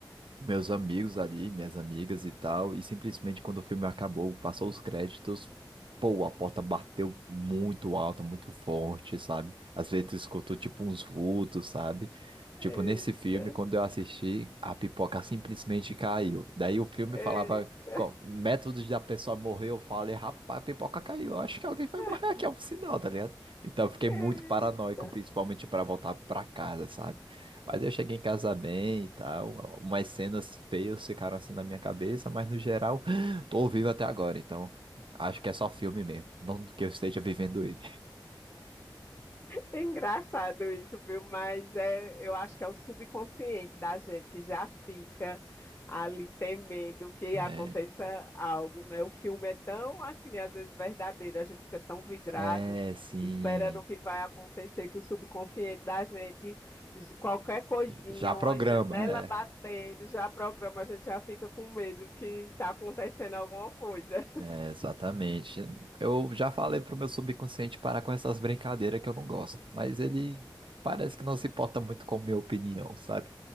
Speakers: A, on the right (about 85°); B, on the left (about 30°).
A: meus amigos ali, minhas amigas e tal, e simplesmente quando o filme acabou, passou os créditos, pô, a porta bateu muito alta, muito forte, sabe? Às vezes tu escutou tipo uns vultos, sabe? Tipo,
B: Eita.
A: nesse filme, quando eu assisti, a pipoca simplesmente caiu. Daí o filme
B: Eita.
A: falava co- métodos da pessoa morrer, eu falei, rapaz, a pipoca caiu, eu acho que alguém
B: <laughs>
A: vai morrer aqui, é um sinal, tá ligado? Então eu fiquei muito
B: Eita.
A: paranoico, principalmente para voltar para casa, sabe? Mas eu cheguei em casa bem e tal. Umas cenas feias ficaram assim na minha cabeça, mas no geral, <gasps> tô vivo até agora, então acho que é só filme mesmo. Não que eu esteja vivendo ele.
B: É engraçado isso, viu? Mas é, eu acho que é o subconsciente da gente que já fica ali temendo que
A: É,
B: aconteça algo, né? O filme é tão, assim, às vezes verdadeiro, a gente fica tão vidrado
A: é, sim.
B: esperando o que vai acontecer, que o subconsciente da gente, j- qualquer coisinha,
A: Já programa,
B: uma janela
A: é.
B: batendo, já programa, a gente já fica com medo que está acontecendo alguma coisa.
A: É, exatamente. Eu já falei pro meu subconsciente parar com essas brincadeiras que eu não gosto, mas ele parece que não se importa muito com minha opinião, sabe?